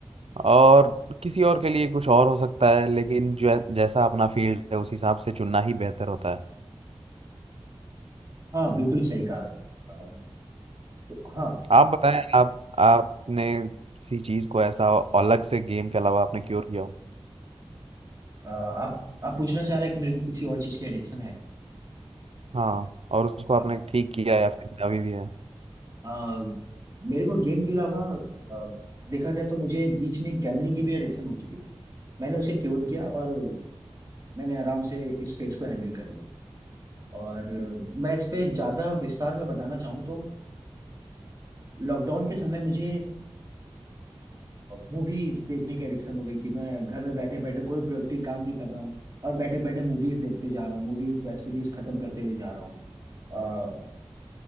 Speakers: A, on the right; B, on the right.
A: और किसी और के लिए कुछ और हो सकता है लेकिन जो जैसा अपना फील्ड है उस हिसाब से चुनना ही बेहतर होता है
B: हाँ बिल्कुल सही कहा अ, तो हाँ
A: आप बताएं आप आपने किसी चीज को ऐसा अलग से गेम के अलावा आपने क्योर किया हो
B: अ, आप आप पूछना चाह रहे हैं कि मेरे को किसी और चीज की एडिक्शन
A: हाँ और उसको आपने
B: है
A: ठीक किया या फिर अभी भी है
B: आ, मेरे को गेम के अलावा आ, देखा जाए तो मुझे बीच में गैम्बलिंग की भी एडिक्शन हो चुकी थी मैंने उसे क्योर किया और मैंने आराम से इस फेज को हैंडल कर लिया और आ, मैं इस पे ज्यादा विस्तार में बताना चाहूँ तो लॉकडाउन के समय मुझे मूवीज देखने की एडिक्शन हो गई थी मैं घर में बैठे बैठे कोई प्रोडक्टिव काम नहीं कर रहा हूँ और बैठे बैठे मूवीज देखते जा रहा हूँ मूवीज वेब सीरीज खत्म करते हुए जा रहा हूँ